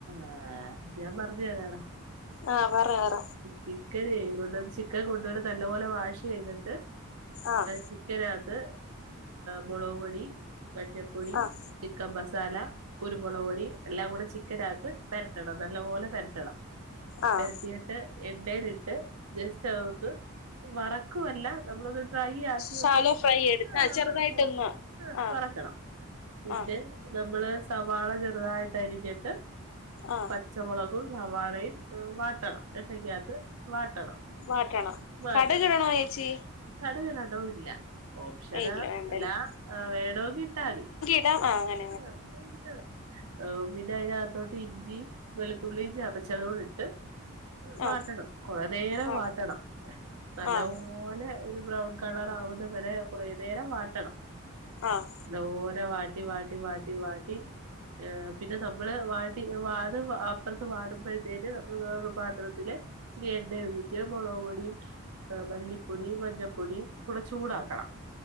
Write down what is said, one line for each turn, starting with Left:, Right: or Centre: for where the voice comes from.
Right: ആഹ് ഞാൻ പറഞ്ഞു തരാടാ
Left: ആഹ് പറ പറ
Right: ചിക്കന കൊണ്ട ചിക്കൻ കൊണ്ട പോല നല്ല പോലെ വാഷ് യ്തിട്ട്
Left: ആഹ്
Right: ചിക്കനകത്ത് മുളക് പൊടി മഞ്ഞപ്പൊടി
Left: ആഹ്
Right: ചിക്കൻ മസാല കുരുമുളക് പൊടി എല്ലാം കൂടെ ചിക്കനകത്ത് പരട്ടണം നല്ലപോലെ പരട്ടണം
Left: ആഹ്
Right: പെരട്ടു ട്ട് എണ്ണയില ഇട്ട് ജസ്റ്റ് ഒന്ന് വറക്കുവല്ല നമ്മളത് ട്രൈ ആക്കി
Left: ശാലോ
Right: ഒന്ന്
Left: ഫ്രൈ എടുത്ത്
Right: ആ
Left: ആഹ് ചെറുതായിട്ടൊന്ന്
Right: ട്രൈ ആക്കി ആ
Left: ആഹ്
Right: വറുക്കണം പിന്നെ
Left: ആഹ്
Right: നമ്മള് സവാള ചെറുതായിട്ട അരിഞ്ഞിട്ട്
Left: ആഹ്
Right: പച്ചമുളക്കും സവാളയും വാട്ടണം എണ്ണക്കകത്ത് വാട്ടണം
Left: വാട്ടണം
Right: വാട്ടണം
Left: കടുകിടണോ ചേച്ചി
Right: കടുക് ഇടണോ ഇല്ല ഓപ്ഷന
Left: ഇല്ല വേണ്ടല്ലേ
Right: അല്ല വേണക്കിട്ടാ മതി
Left: ആ
Right: ആഹ് എ <unintelligible> പിന്നെ അയിനകത്തോട്ട് ഇഞ്ചിയും വെളുത്തുള്ളിയും ചതച്ചതോട്‌ ഇട്ട് വാട്ടണം
Left: ആഹ്
Right: കുറെ നേരം
Left: ആഹ്
Right: വാട്ടണം നല്ലപോലെ
Left: ആഹ്
Right: ഒരു ബ്രൗൺ കളറാവുന്ന വരെ കുറ നേരം വാട്ടണം
Left: ആഹ്
Right: നല്ലതുപോലെ വാട്ടി വാട്ടി വാട്ടി വാട്ടി വാട്ടി പിന്നെ നമ്മള് വാട്ടി വാടും അപ്പുറത്ത് വാടുമ്പോഴത്തേന് നമ്മള് വേറരൂ പാത്രത്തില് ഇത്തിരി എണ്ണയും ഒഴിച്ച് മുളക് പൊടിയും മല്ലിപ്പൊടിയും മഞ്ഞപ്പൊടിയും കൂടെ ചൂടാക്കണം